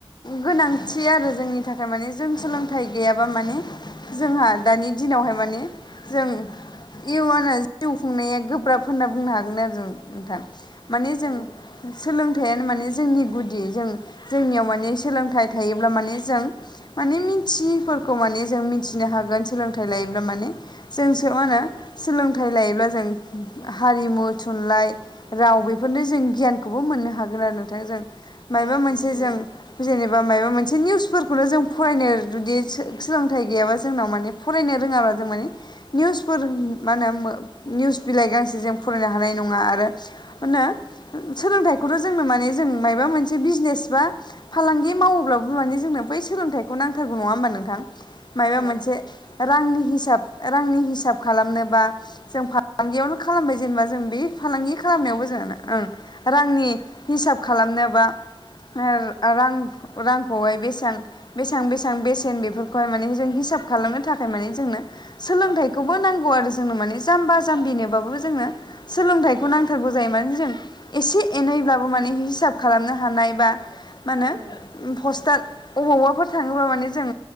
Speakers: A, on the left (about 45°); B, on the right (about 45°).
A: गोनांथि आरो जोंनि थाखाय माने जों सोलोंथाइ गैयाबा माने जोंहा दानि दिनावहाय माने जों इउनाव जिउ खुंनाया गोब्राब होनना बुंनो हागोन आरो जों नोंथां। माने जों
B: औ
A: सोलोंथाइयानो माने जोंनि गुदि जों जोंनियाव माने सोलोंथाइ थायोब्ला माने जों माने मिथियैफोरखौ माने जों मिथि नो होन सोलोंथाइ लायोब्ला माने जों मा होनो सोलोंथाइ लायोब्ला जों हारिमु, थुनलाइ, राव बेफोरनो जों गियानखौबो मोननो हागोन आरो नोंथांजों मायबा
B: औ
A: मोनसे
B: नंगौ
A: जों जेनेबा माबा मोनसे निउसफोरखौनो जों फरायनो जुदि सोलोंथाइ गैयाबा जोंनाव माने फरायनो रोङाब्ला जों माने निउसफोर मा होनो निउस बिलाइ गांसे जों फरायनो हानाय नङा आरो मा होनो सोलोंथाइखौथ' जोंनो माने जों मायबा मोनसे बिजनेस बा फालांगि मावोब्लाबो माने जोंनो बै सोलोंथाइखौ नांथारगौ नङा होमबा नोंथां मायबा
B: औ
A: मोनसे रांनि हिसाब रांनि हिसाब खालामनोबा जों फालांगियावनो खालामबाय जेनेबा जों बे फालांगि खालामनायावबो जोंनो ओं रांनि हिसाब खालामनोबा रां रांखौहाय बेसेबां बेसां बेसां बेसेन बेफोरखौहाय माने जों हिसाब खालामनो थाखाय माने जोंनो सोलोंथाइखौबो नांगौ आरो जोंनो माने जाम्बा जाम्बिनोबाबो जोङो सोलोंथाइखौ नांथारगौ जायो माने जों एसे एनैब्लाबो माने हिसाब खालामनो हानाय बा मा होनो
B: औ
A: पस्टार अबावबाफोर थाङोबा माने जों